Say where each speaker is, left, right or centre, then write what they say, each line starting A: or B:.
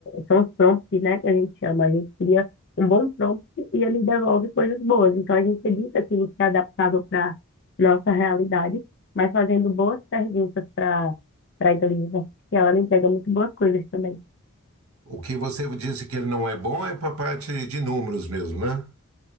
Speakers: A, on the left; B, on the right.
A: são os prompts, né, que a gente chama. A gente cria um bom prompt e ele devolve coisas boas. Então, a gente edita aquilo que é adaptável para nossa realidade, mas fazendo boas perguntas para para a inteligência artificial, ela entrega muito boas coisas também.
B: o que você disse que ele não é bom é para a parte de números mesmo, né?